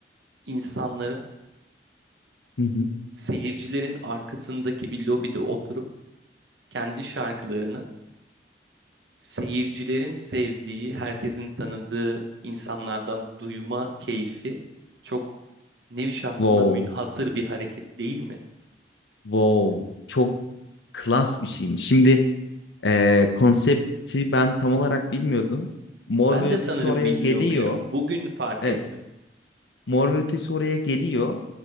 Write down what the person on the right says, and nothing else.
insanların
seyircilerin arkasındaki bir lobide oturup kendi şarkılarını seyircilerin sevdiği, herkesin tanıdığı insanlardan duyma keyfi çok nevi şahsına
münhasır bir hareket değil mi?
Ben
de
sanırım
bilmiyormuşum.
Bugün fark
ettim.